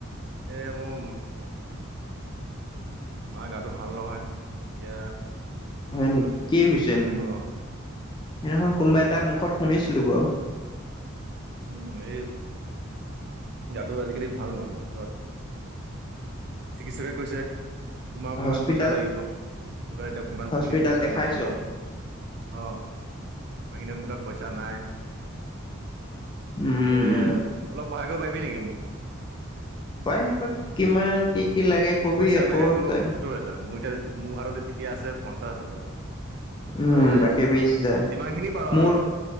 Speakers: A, on the right; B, on the left.
A: এহ মম মা গাটো ভাল নহয় এতিয়া
B: হয় নেকি কি হৈছেনো?
A: অ
B: সেইদিনাখন কোনোবা এটা মুখত শুনিছিলো বাৰু।
A: উম এই গাটো আজিকালি ভাল নহয় চিকিৎসকে কৈছে তোমাক
B: হস্পিতাল
A: ইমান পইচা লাগিব মোৰ ধৰা এতিয়া সিমানখিনি
B: হস্পিতাল
A: পইচা
B: দেখাইছ
A: নাই এতিয়া অ', মোৰ তাত এতিয়া পইচা নাই।
B: উম
A: তাকে
B: উম
A: অলপ সহায় কৰিব পাৰিবি নেকি মোক?
B: পাৰিম তাক কিমান কি কি লাগে
A: মোক
B: কবি
A: পইচা
B: আকৌ
A: লাগে তোৰ
B: ত
A: সত্তৰ হাজাৰ মোৰ হাতত এতিয়া আছে পঞ্চাশ হাজাৰ
B: উম
A: তই
B: বাকী বিছ হাজাৰ
A: যিমান খিনি পাৰ
B: মোৰ
A: আৰু